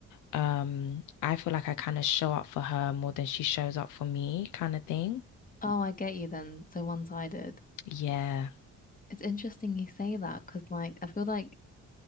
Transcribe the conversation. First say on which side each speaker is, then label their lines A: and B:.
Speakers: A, on the left; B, on the left.
A: Um, I feel like I kind of show up for her more than she shows up for me, kind of thing.
B: Oh, I get you then. So one-sided.
A: Yeah,
B: It's interesting you say that because like I feel like